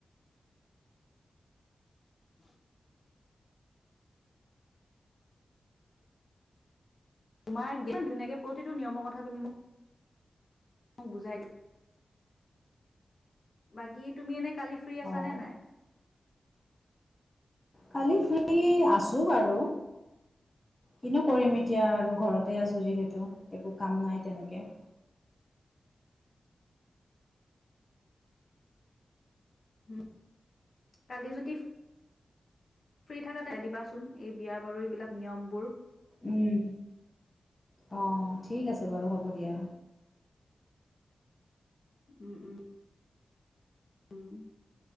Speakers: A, on the left; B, on the left.
A: <inaudible> তোমাৰ <unintelligible> ইমান ধুনীয়াকে প্ৰতিটো নিয়মৰ কথা তুমি মোক মোক বুজাই দিয়া। বাকী তুমি এনে কালি ফ্ৰী আছা
B: অঁ
A: নে নাই?
B: কালি ফ্ৰী আছো বাৰু। কিনো কৰিম এতিয়া আৰু ঘৰতে আছোঁ যিহেতু একো কাম নাই তেনেকে।
A: উম, কালি যদি, ফ্ৰী থাকা <unintelligible> দিবাচোন এই বিয়া বাৰুৰ এইবিলাক নিয়মবোৰ,
B: উম অ', ঠিক আছে বাৰু হ'ব দিয়া।
A: উম, উম। উম,